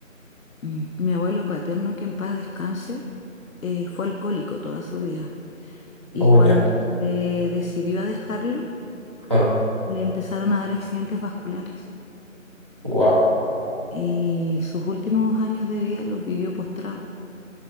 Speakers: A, on the left; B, on the right.
A: Mm. Mi abuelo paterno, que en paz descanse, eh, fue alcohólico toda su vida. Y
B: Oh,
A: cuando
B: ya.
A: se decidió a dejarlo,
B: Ah,
A: le empezaron a dar accidentes vasculares.
B: wow.
A: Y sus últimos años de vida los vivió postrado.